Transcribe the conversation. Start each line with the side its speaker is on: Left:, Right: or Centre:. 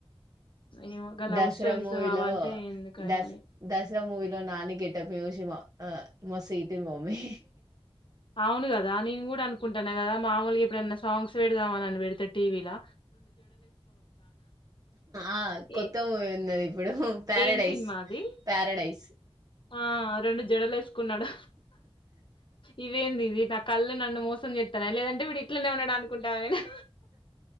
Left: ఏమో గా లవ్
Right: దసరా
Left: స్టోరీస్
Right: మూవీలో
Left: అవంటే ఎందుకయని
Right: దస్ దసరా మూవీ లో నను కెట్ ప్పసి ఆ మసీటిం మమ్మే
Left: అవును కదా నేను కూడా అనుకుంటన్నా కదా మామూలుగా ఎప్పుడన్నా సాంగ్స్ పెడిద్ తమని వెడితే టీవ లా
Right: ఆ కొత్త
Left: ఏ
Right: మూవీ ఉన్నది ఇప్పుడు పారాడైస్
Left: ఏం సినిమా అది
Right: పారాడ్ టైస్
Left: ఆ రెండు జడలు వేసుకున్నాడు ఇవేంది ఇది నా కళ్ళు నన్ను మోసం చేత్తానయ లేదంటే వీడు ఇట్లనే ఉన్నాడ అనుకుంటావా నే